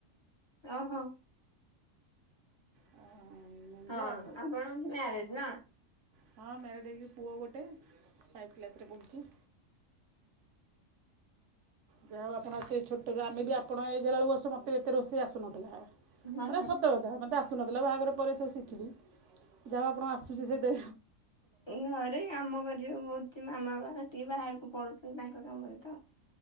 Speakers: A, on the left; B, on the right.
A: ଓହୋ।
B: ଆଉ ଏମିତି
A: ହଁ
B: ଆଉ
A: ଆପଣ ମ୍ୟାରେଡ ନା?
B: ହଁ ମ୍ୟାରେଟ୍ ହେଇକି ପୁଅ ଗୋଟେ ଫାଇଭ୍ କ୍ଲାସରେ ପଢ଼ୁଛି। ଯାହାଉ ଆପଣ ଏତେ ଛୋଟରୁ ଆମେ ବି ଆପଣ ଏଜେ ହେଲାବେଳକୁ ବସୁ ମତେ ଏତେ ରୋଷେଇ ଆସୁନଥିଲା।
A: ହଁ
B: ପୁର
A: ହଁ।
B: ସତ କଥା ମତେ ଆ ସୁନଥିଲା ବାହାଘର ପରେ ସେ ଶିଖିଲି ଯାହା ଆପଣ ଆସୁଛି ସେତେ।
A: ଘରେ କାମ କରିବାକୁ ପଡୁଛି ମାମା ବା ଟିକେ ବାହାରକୁ ପଡୁଛନ୍ତି ତାଙ୍କ କାମରେ ତ।